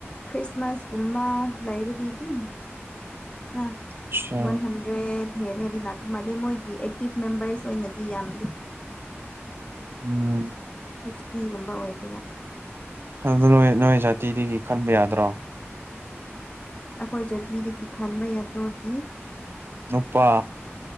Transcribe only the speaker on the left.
ꯈ꯭ꯔꯤꯁꯃꯁ ꯀꯨꯨꯝꯃ ꯂꯔꯦꯗꯤ ꯇꯨꯡ ꯍꯥ
ꯋꯥꯟ ꯍꯟꯗ꯭ꯔꯦꯠ ꯍꯦꯜꯂꯗꯤ ꯂꯥꯛꯄ ꯃꯥꯜꯂꯦ ꯃꯣꯏꯒꯤ ꯑꯦꯛꯇꯤꯞ ꯃꯦꯝꯕꯔꯁ ꯑꯣꯏꯅꯗꯤ ꯌꯥꯝꯗꯦ
ꯐꯤꯐꯇꯤꯒꯨꯝꯕ ꯑꯣꯏꯒꯦꯔꯥ
ꯑꯩꯈꯣꯏ ꯖꯥꯇꯤꯗꯒꯤ ꯈꯟꯕ ꯌꯥꯗꯧꯗꯤ